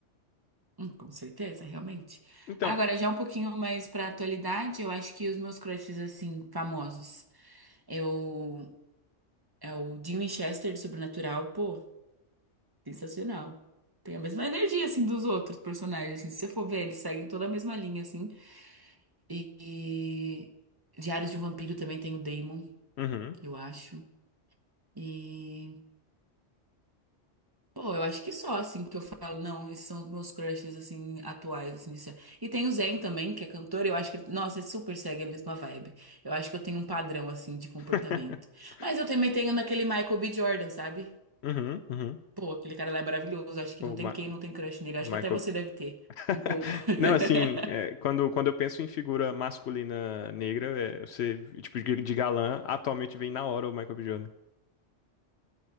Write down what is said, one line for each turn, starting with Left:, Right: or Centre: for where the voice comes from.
Right: Hum, com certeza, realmente.
Left: Então.
Right: Agora, já um pouquinho mais pra atualidade, eu acho que os meus crushes, assim, famosos. Eu É o Dean Winchester de Sobrenatural, pô, sensacional. Tem a mesma energia, assim, dos outros personagens, assim, se você for ver, eles seguem toda a mesma linha, assim. E, e Diários de um Vampiro também tem o Damon,
Left: Uhum.
Right: eu acho. E, pô, eu acho que só, assim, que eu falo, não, esses são os meus crushes, assim, atuais, assim, isso é. E tem o Zayn também, que é cantor, eu acho que, ele- nossa, ele super segue a mesma vibe. Eu acho que eu tenho um padrão, assim, de comportamento.
Left: <laughs>
Right: Mas eu também tenho naquele Michael B. Jordan, sabe?
Left: Uhum, uhum.
Right: Pô, aquele cara lá é maravilhoso. Acho que
Left: O
Right: não tem
Left: Ma-
Right: quem não tem crush nele. Acho
Left: Michael.
Right: que até você deve ter.
Left: <laughs>
Right: Um pouco. <laughs>
Left: Não, assim, é, quando, quando eu penso em figura masculina negra, é, você, tipo, de, de galã, atualmente vem na hora o Michael B. Jordan.